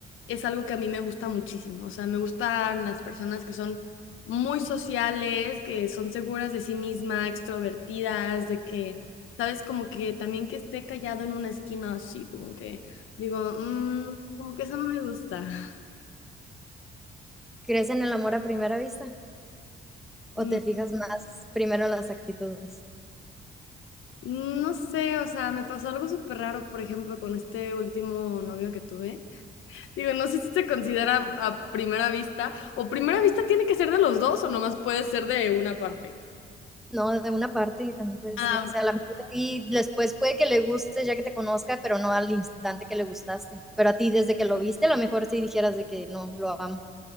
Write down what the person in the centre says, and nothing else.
¿Crees en el amor a primera vista o
te fijas más primero en las actitudes?
No, de una parte también puede
ser, o sea,
a lo mejor a ti después puede que le guste ya que te conozca, pero no al instante que le gustaste. Pero a ti desde que lo viste, a lo mejor sí dijeras de que no, lo amo,